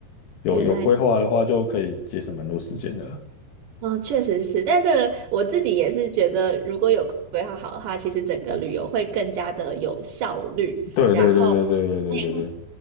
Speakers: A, on the left; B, on the right.
A: 有有规划的话就可以节省蛮多时间的啦。
B: 原来是，哦，确实是，但这个我自己也是觉得，如果有规划好的话，其实整个旅游会更加的有效率，
A: 对对对对对对对对对，
B: 然后。也